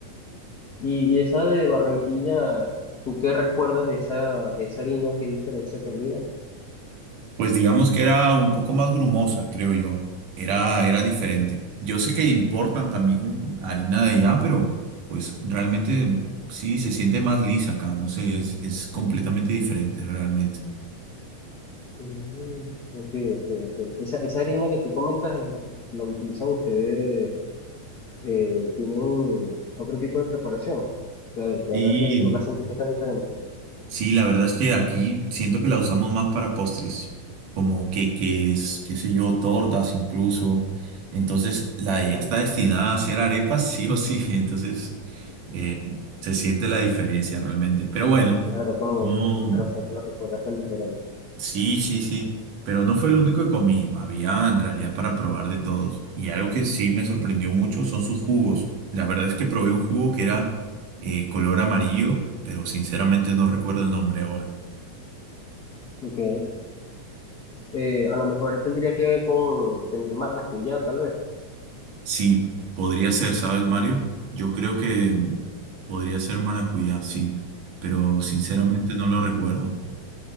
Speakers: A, on the left; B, on the right.
A: Y, y esa de Barranquilla, ¿tú qué recuerdas de esa, de esa harina? ¿Qué diferencia tenía?
B: Pues digamos que era un poco más grumosa, creo yo. Era, era diferente. Yo sé que importan también harina de allá, pero pues realmente sí se siente más lisa acá. No sé, es, es completamente diferente realmente.
A: Mm, ok, ok, ok. Esa, esa harina que tú comentas, ¿la utilizan ustedes? Eh, ¿tienen otro tipo de preparación? Que, que
B: Sí.
A: haga que tú la sentiste tan diferente.
B: Sí, la verdad es que aquí siento que la usamos más para postres, como queques, qué sé yo, tortas incluso. Entonces, la de
A: Mm,
B: ya está destinada a hacer arepas, <laughs> sí o sí. <laughs> Entonces, eh, se siente la diferencia realmente. Pero bueno,
A: claro, como
B: no,
A: con razón te la recuerdas tan diferente.
B: sí, sí, sí. Pero no fue lo único que comí. Había en realidad para probar de todos. Y algo que sí me sorprendió mucho son sus jugos. La verdad es que probé un jugo que era eh, color amarillo, pero sinceramente no recuerdo el nombre ahora.
A: Ok. Eh, a lo mejor tendría que ver con, tendría maracuyá, tal vez.
B: Sí, podría ser, ¿sabes, Mario? Yo creo que mm, podría ser maracuyá, sí, pero sinceramente no lo recuerdo.